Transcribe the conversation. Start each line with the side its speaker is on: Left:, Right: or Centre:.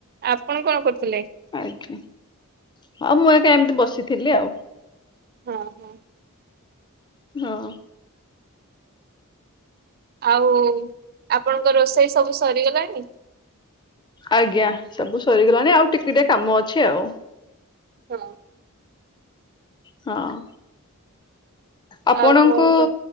Right: ଆପଣ କଣ କରୁଥିଲେ?
Left: ଆଜ୍ଞା, ଆଉ ମୁଁ ଏକା, ଏମିତି ବସିଥିଲି ଆଉ।
Right: ହଁ, ହଁ।
Left: ହଁ।
Right: ଆଉ, ଆପଣଙ୍କ ରୋଷେଇ ସବୁ ସରିଗଲାଣି?
Left: ଆଜ୍ଞା, ସବୁ ସରିଗଲାଣି ଆଉ, ଟିକେ ଟିକେ କାମ ଅଛି ଆଉ।
Right: ହଁ।
Left: ହଁ। ଆପଣଙ୍କୁ
Right: ଆଉ କୁହନ୍ତୁ